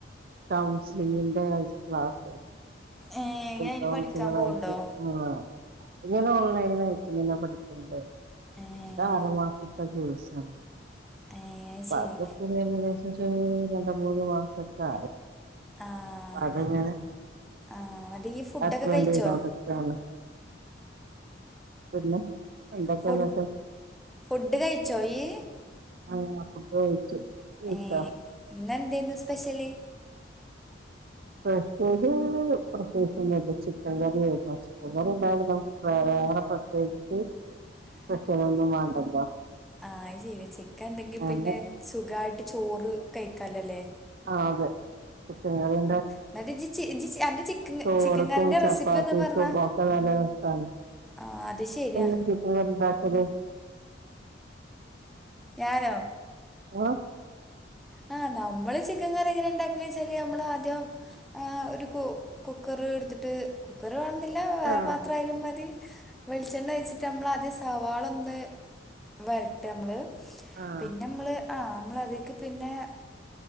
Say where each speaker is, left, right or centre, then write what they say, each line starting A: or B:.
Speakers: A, on the right; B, in the centre.
A: കൗൺസിലിങ്ങിന്റെ ക്ലാസ്
B: ഏഹ് ഇയ്യ് അയിന്
A: കൗൺസ
B: പഠിക്കാൻ പോവ്ണ്ടോ
A: ആയി ട്ട് ആ ഇങ്ങനെ ഓൺലൈന ആയിട്ട് ഇങ്ങനെ പഠിക്കണ്ടേ
B: ഏഹ്
A: ആറു മാസതെക്കെ കോഴ്സണ്
B: ഏഹ് അത്
A: അപ്പ
B: ശരി
A: അതപി കദേശം രണ്ട മൂന്ന് മാസൊക്കെ ആയി
B: ആഹ്
A: അപ്പ അതങ്ങനെ
B: ആഹ്
A: <inaudible>
B: ന്നട്ട് ഇയ്യ് ഫുഡൊക്കെ കഴിച്ചോ
A: എന്തൊക്കെ
B: ഫു
A: ഇന്നത്തെ
B: ഫുഡ് കഴിച്ചോയി
A: അങ്ങന ഫുഡ് കഴിച്ചു കഴിച്ചോ?
B: ഏർ എന്ന എന്തന്ന് സ്പെഷ്യല്
A: പ്രത്യേക പ്രത്യേൊന്ന ചിക്കൻ കറിയല്ല ചൻ കറിണ്ടുന്നിപ വേറെ പ്രത്യേകിച്ച്
B: <unintelligible>
A: കക്ഷൊന്നും വേണ്ടല്ലോ
B: ആഹത് ശരി ചിക്കൻ എന്തെങ്കി പിന്നെ
A: അങ്ങനെ
B: സുഖയിട്ട് ചോറ് കഴിക്കാലല്ലേ
A: ആ അതെ ചിക്കൻ കറി
B: എന്നിട്ട് ഇജ്ജ് ചി ഇജ്ജ് ചി അന്റെ ചിക്കൻ
A: ചോറക്കും
B: ചിക്കൻ കറിന്റെ
A: ചപ്പാത്തിക്കും
B: റെസിപ്പി ഒന്ന് പറഞ്ഞാ
A: ഒക്കെ നല്ലരസമാണ്
B: ആ അത് ശരിയാ
A: ൻ കിട്ട പാട്ടത് <unintelligible>
B: ഞാനോ
A: ഏ
B: ആ് നമ്മള് ചിക്കൻ കറി എങ്ങനെണ്ടാക്ക വെച്ചാല് നമ്മൾ ആദ്യം ഒരു കുക്കർ കുർ വില്ല വേറൊലും
A: ആഹ്
B: മതി വെളിച്ചെണ്ണ വഴിട്ട് നമ്മ സവാള ഒന്ന് വരട്ടെ നമ്മള്
A: ആഹ്
B: പിന്നെ നമ്മള് ആ് നമ്മളത പിന്നെ